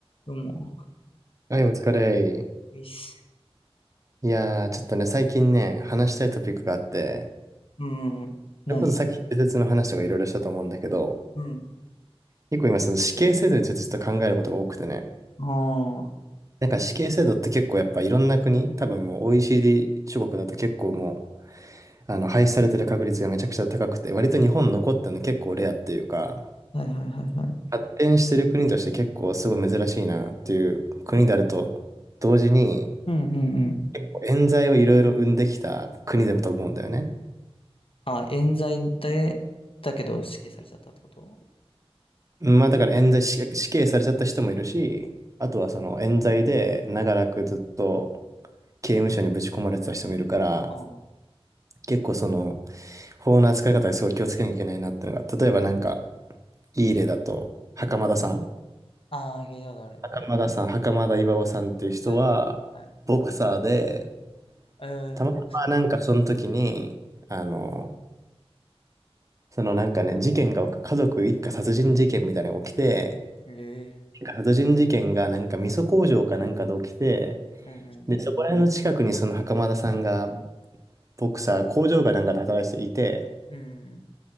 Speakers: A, on the left (about 60°); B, on the right (about 30°).
A: どうも。
B: はい、お疲れ。
A: いいっす。
B: いやー、ちょっとね、最近ね、話したいトピックがあって、
A: うん。うん何
B: それこそさっき、施設の話とかいろいろしたと思うんだけど、
A: うん。
B: 結構今、その死刑制度についてちょっと考えることが多くてね、
A: あ
B: なんか死刑制度って結構やっぱいろんな国、多分もう OECD 諸国だと結構もう、あの、廃止されてる確率がめちゃくちゃ高くて、割と日本残ってるの結構レアっていうか、
A: あ、はいはいはいはい。
B: 発展してる国として結構すごい珍しいなっていう国であると、同時に、
A: うんうんうん。
B: 結構冤罪をいろいろ生んできた国だと思うんだよね。
A: あ、冤罪で、だけど死刑されちゃったってこと
B: まあだから冤罪死死刑されちゃった人もいるし、あとはその冤罪で長らくずっと刑務所にぶち込まれてた人もいるから、
A: あ
B: 結構その法の扱い方がすごい気をつけなきゃいけないなっていうのが、例えばなんかいい例だと、袴田さん。
A: あ、あー聞いたことある。
B: 袴田さん、袴田巌さんっていう人は、
A: はいはいはい。
B: ボクサーで、
A: えー、
B: たまたまなんかその時に、
A: ボクス。
B: あの、そのなんかね、事件が、家族一家殺人事件みたいなのが起きて、
A: え
B: 殺人事件がなんか味噌工場かなんかで起きて、
A: えー、うんうん。
B: で、そこら辺の近くにその袴田さんが、ボクサー、工場かなんかで働いていて、
A: うんうん。